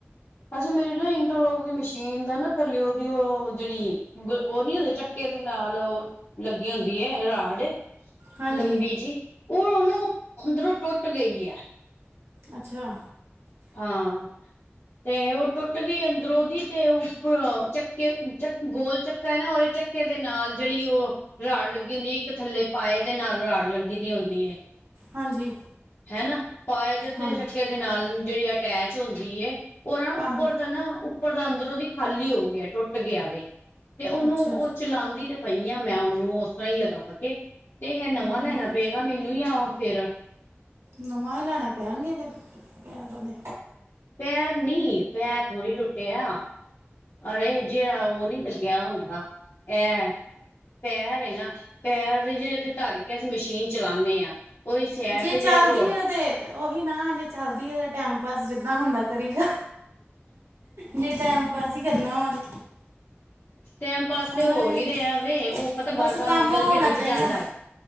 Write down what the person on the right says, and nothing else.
ਹਾਂਜੀ।
ਅੱਛਾ।
ਹਾਂਜੀ।
ਹਾਂਜੀ
ਆਹੋ
ਅੱਛਾ
ਹੂੰ
ਹੂੰ
ਨਵਾਂ ਈ ਲੈਣੇ ਪੈਣਗੇ ਫੇਰ, ਪੈਰ ਦੇ।
ਜੇ
ਚੱਲਦੀ
ਹੈ ਤੇ ਉਹੀ ਨਾ ਜੇ ਚੱਲਦੀ ਏ ਤਾਂ ਟਾਈਮ ਪਾਸ ਜਿੱਦਾਂ ਹੁੰਦਾ ਕਰੀ ਜਾ। ਜੇ ਟਾਈਮ ਪਾਸ ਈ ਕਰਨਾ ਹੋਵਾ ਤੇ।
ਹਨਾ
ਇਹ
ਬਸ
ਕੰਮ
ਹੋਣਾ
ਚਾਹੀਦਾ